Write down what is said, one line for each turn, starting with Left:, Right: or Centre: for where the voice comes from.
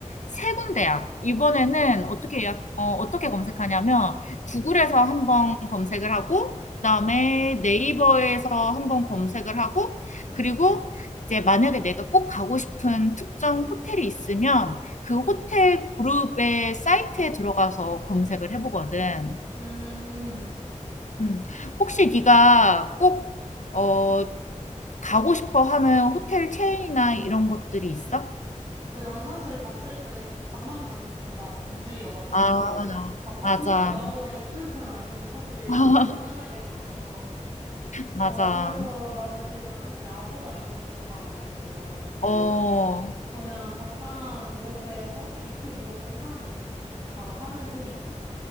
Left: 세 군데야. 이번에는 어떻게 예약, 어, 어떻게 검색하냐면 구글에서 한번 검색을 하고, 그다음에 네이버에서 한번 검색을 하고, 그리고 이제 만약에 내가 꼭 가고 싶은 특정 호텔이 있으면 그
Right: 응.
Left: 호텔 그룹의 사이트에 들어가서 검색을 해보거든.
Right: 음.
Left: 음. 혹시 네가 꼭, 어, 가고 싶어 하는 호텔 체인이나 이런 것들이 있어?
Right: 근데 난 사실 갔을 때 그냥 잠만 자면 된다. 이주이여가지고
Left: 아,
Right: 막 바퀴벌레
Left: 맞아.
Right: 나오거나 입술만 아니면 사실
Left: <laughs>
Right: 무난하게 자서.
Left: 맞아.
Right: 어, 그래서 나는 그냥 사실 아고다 이런 데 들어가가지고.
Left: 어,
Right: 그, 그냥 적당한 가격대에서 위치 보고 괜찮은 데 있으면 바로 하는 편이거든.